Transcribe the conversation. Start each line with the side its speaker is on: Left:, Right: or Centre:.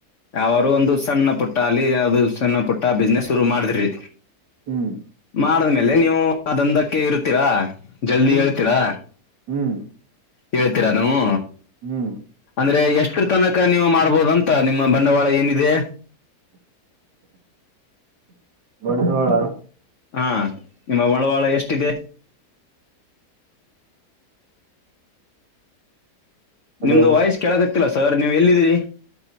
Left: ಯಾವಾರರು ಒಂದು ಸಣ್ಣ ಪುಟ್ಟ ಅಲ್ಲಿ ಯದು ಸಣ್ಣ ಪುಟ್ಟ ಬಿಸ್ನೆಸ್ ಶುರು ಮಾಡಿದ್ರಿ
Right: ಹ್ಮ್
Left: ಮಾಡಿದ್ಮೇಲೆ ನೀವು ಆ ದಂಂದಕ್ಕೆ ಇರುತ್ತೀರಾ ಜಲ್ದಿ
Right: ಹ್ಮ್
Left: ಹೇಳ್ತೀರಾ
Right: ಹ್ಮ್
Left: ಹೇಳ್ತೀರಾ ನಾವು
Right: ಹ್ಮ್
Left: ಅಂದ್ರೆ ಎಷ್ಟು ತನಕ ನೀವು ಮಾಡ್ಬೋದಂತ ನಿಮ್ಮ ಬಂಡವಾಳ ಏನಿದೆ
Right: ಬಂಡವಾಳ
Left: ಹಾ ನಿಮ್ಮ ಒಳವಾಳ ಎಷ್ಟಿದೆ
Right: ಹಲೋ
Left: ನಿಮ್ದು ವಾಯ್ಸ್ ಕೇಳಕತ್ತಲ್ಲ ಸರ್ ನೀವು್ ಎಲ್ಲಿದ್ದೀರಿ